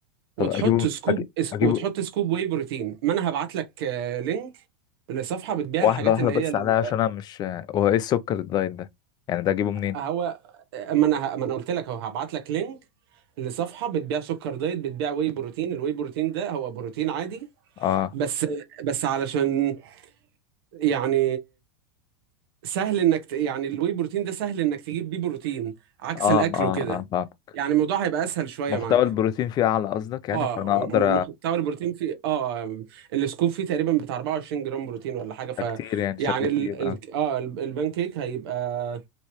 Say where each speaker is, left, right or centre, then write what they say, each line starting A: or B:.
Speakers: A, on the left (about 30°); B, on the right (about 70°).
A: طب
B: وتحط
A: اجيبه
B: سكوب
A: أجي-
B: اس-
A: اجيبه
B: وتحط سكوب واي بروتين ما انا هبعت لك آه، لينك لصفحه بتبيع
A: واحدة
B: الحاجات
A: واحدة
B: اللي
A: بس
B: هي
A: عليها عشان انا مش هو ايه السكر الدايت ده يعني ده اجيبه منين
B: هو ما انا ما انا قلت لك هو هبعت لك لينك لصفحه بتبيع سكر دايت بتبيع واي بروتين الواي بروتين ده هو بروتين عادي
A: اه
B: بس بس علشان يعني سهل انك ت- يعني الواي بروتين ده سهل انك تجيب بيه بروتين عكس
A: اه
B: الاكل
A: اه اه
B: وكده
A: آه، فاهمك
B: يعني الموضوع هيبقى اسهل شويه
A: محتوى
B: معاك
A: البروتين فيه اعلى قصدك يعني
B: اه
A: فانا
B: وم-
A: اقدر
B: محتوى البروتين فيه اه السكوب فيه تقريبا بتاع 24 جرام بروتين ولا حاجه ف
A: أ- كتير يعني شكله
B: يعني ال...
A: كتير
B: ال...
A: اه
B: اه البان كيك هيبقى